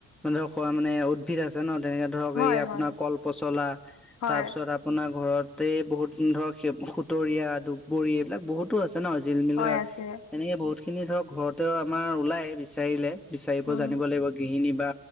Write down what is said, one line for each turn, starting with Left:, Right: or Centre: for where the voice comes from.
Centre: ধৰক মানে উদ্ভিদ আছে ন তেনেকে ধৰক
Left: হয়
Centre: এই আপোনাৰ
Left: হয়
Centre: কল পচলা
Left: হয়
Centre: তাৰ পিছত আপোনাৰ ঘৰত তাতে বহুত ধৰক সুতৰীয়া ধুবৰি এইবিলাক বহুতো আছে ন জিলমিল
Left: হয়
Centre: শাক
Left: আছে
Centre: বহুত খিনি ধৰক ঘৰতেও আমাৰ ওলাই বিচাৰিলে বিচাৰিব
Left: উম।
Centre: জানিব লাগিব গৃহিণী বা